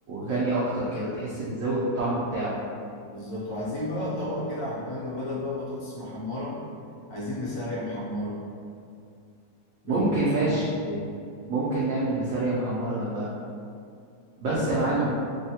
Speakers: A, on the right; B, on the left.
A: غني أكتر كده تحس بتزود الطعم بتاعه
B: بالظبط وعايزين بقى طبق كده على الجنب بدل بقى بطاطس محمرة عايزين بسارية محمرة
A: ممكن
B: بالبقسماط
A: ماشي
B: وكده
A: ممكن نعمل بسارية محمرة جنبها بس
B: اه
A: يا معلم
B: تبقى